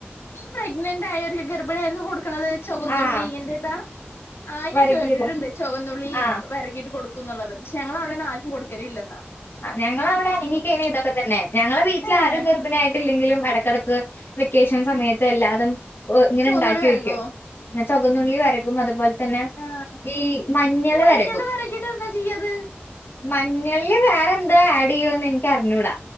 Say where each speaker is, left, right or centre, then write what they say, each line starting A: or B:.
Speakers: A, on the left; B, on the left.
A: ഈ പ്രഗ്നന്റ് ആയ ഒരു ഗർഭിണിയ ആയിരിക്കും കൊടുക്കണത് ചുവന്നുള്ളി
B: ആഹ്
A: ഇങ്ങറേതാ ആഹ് ഞാൻ
B: വരകിയത്
A: കേട്ടിട്ടുണ്ട് ചുവന്നുള്ളി
B: ആഹ്
A: വരങ്ങിട്ട് കൊടുക്കുന്നുള്ളത് പക്ഷെ ഞങ്ങൾ അവിടെന്ന് ആാലും കൊടുക്കലല്ല
B: ആ ഞങ്ങൾ അവിടെ അനങ്ങിക്കന ഇതൊക്കെ തന്നെ ഞങ്ങളെ വീട്ടിൽ
A: ഏഹ്
B: ആാരും ഗർഭിണിയായിട്ടില്ലെങ്കിലും ഇടക്കിടക്ക് വെക്കേഷൻ സമയത്ത് എല്ലാതും ഇങ്ങനെ
A: ചുവന്നുള്ളി
B: ഉണ്ടാക്കി
A: വെരകോ
B: വയ്ക്കും സ്ുഗന്നുള്ളി വരകും അതുപോലെ തന്നെ
A: ആഹ്
B: ഈ മഞ്ഞള്
A: ഈ
B: വരക്കും
A: വെരകിട്ട് എന്താ ചെയ്യാത്
B: മഞ്ഞളില് വേറെന്തോ ആഡ് ചെയ്യുവോന്ന് എനക്ക് അറിഞ്ഞൂടാ